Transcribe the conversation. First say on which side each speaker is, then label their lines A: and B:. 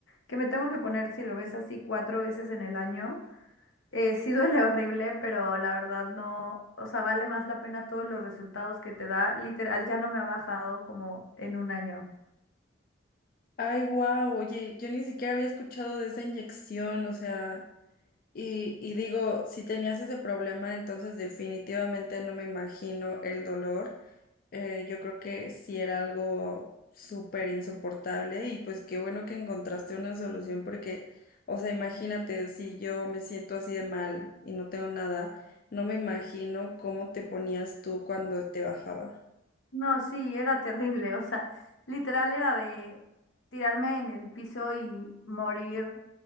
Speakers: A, on the left (about 85°); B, on the left (about 50°).
A: que me tengo que poner, si lo ves así, cuatro veces en el año. Eh, sí duele horrible, pero la verdad no, o sea, vale más la pena todos los resultados que te da. Literal, ya no me ha bajado como en un año.
B: Ay, wow, oye, yo ni siquiera había escuchado de esa inyección, o sea, y, y digo, si tenías ese problema, entonces definitivamente no me imagino el dolor. Eh, yo creo que sí era algo súper insoportable y pues qué bueno que encontraste una solución porque, o sea, imagínate, si yo me siento así de mal y no tengo nada, no me imagino cómo te ponías tú cuando te bajaba.
A: No, sí, era terrible, o sea, literal era de tirarme en el piso y morir